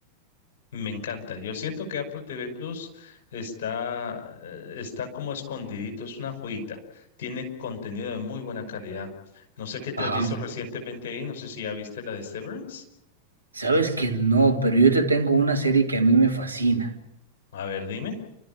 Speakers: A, on the left; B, on the right.
A: Me encanta. Yo siento que Apple TV Plus está, eh, está como escondidito, es una joyita. Tiene contenido de muy buena calidad. No sé qué te
B: Ajá.
A: has visto recientemente ahí, no sé si ya viste la de Severance.
B: Sabes que no, pero yo te tengo una serie que a mí me fascina.
A: A ver, dime.